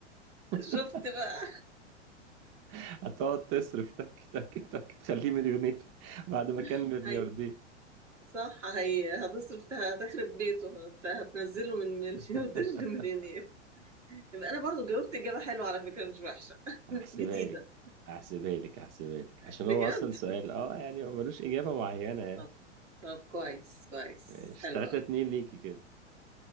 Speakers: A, on the right (about 40°); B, on the right (about 85°).
A: <laughs>
B: شفت بقى
A: هتقعد تصرف تك تك تك تخليه مليونير بعد ما كان
B: <laughs>
A: ملياردير
B: هاي صح هي هتصرف ته- هتخرب بيته هت- هتنزله من ملياردير
A: <laughs>
B: لمليونير يبقى انا برضو جاوبت اجابه حلوه على فكره مش وحشه
A: هحسبها
B: <laughs> جديده
A: لك هحسبها لك هحسبها لك عشان
B: بجد
A: هو أصلا سؤال آه يعني هو ملوش إجابة معينة
B: طب طب كويس كويس
A: ماشي
B: حلو
A: 3
B: قوي
A: 2 ليكي كده